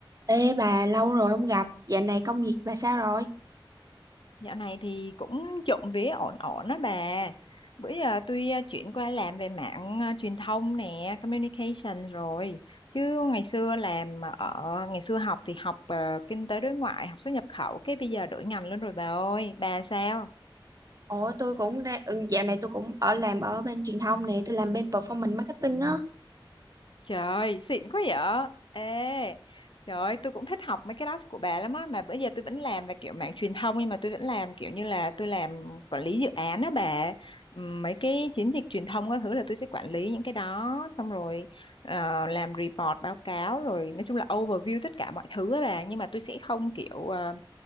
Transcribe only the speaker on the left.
Dạo này thì cũng trộm vía ổn ổn đó bà. Bữa giờ tôi ờ, chuyển qua làm về mạng ờ, truyền thông nè, communication rồi. Chứ ngày xưa làm à, ở ngày xưa học thì học ờ, kinh tế đối ngoại, học xuất nhập khẩu, cái bây giờ đổi ngành luôn rồi bà ơi. Bà sao?
Trời ơi, xịn quá vậy. Ê, trời ơi, tôi cũng thích học mấy cái đó của bà lắm á. Mà bữa giờ tôi vẫn làm về kiểu mảng truyền thông nhưng mà tôi vẫn làm kiểu như là tôi làm quản lý dự án á bà. Ừm, Mấy cái chiến dịch truyền thông các thứ là tôi sẽ quản lý những cái đó. Xong rồi ờ, làm report, báo cáo rồi nói chung là overview tất cả mọi thứ á bà. Nhưng mà tôi sẽ không kiểu ờ,